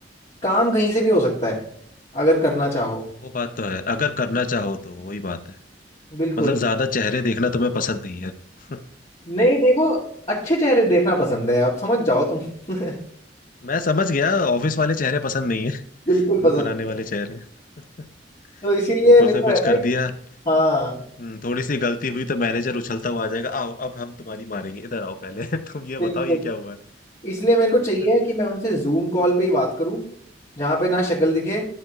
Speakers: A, on the left; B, on the left.
A: काम कहीं से भी हो सकता है अगर करना चाहो
B: वो बात तो है अगर करना चाहो तो वही बात है
A: बिल्कुल
B: मतलब ज्यादा चेहरे देखना तुम्हें पसंद नहीं है <laughs>
A: नहीं देखो अच्छे चेहरे देखना पसंद है आप समझ जाओ तुम <laughs>
B: मैं समझ गया ऑफिस वाले चेहरे पसंद नहीं है
A: बिल्कुल
B: <laughs>
A: पसंद
B: मुंह बनाने
A: नहीं
B: वाले
A: है
B: चेहरे <laughs>
A: तो इसीलिए
B: ऊपर
A: मेरे
B: से
A: को
B: कुछ
A: रहता
B: कर
A: है कि
B: दिया
A: हाँ
B: हम्म, थोड़ी सी गलती हुई तो मैनेजर उछलता हुआ आ जाएगा आओ अब हम तुम्हारी मारेंगे इधर आओ पहले <laughs> तुम ये
A: बिल्कुल
B: बताओ ये क्या हुआ
A: इसलिए मेरे को
B: है
A: चाहिए
B: <laughs>
A: कि मैं उनसे जूम कॉल पे ही बात करूं जहाँ पे ना शक्ल दिखे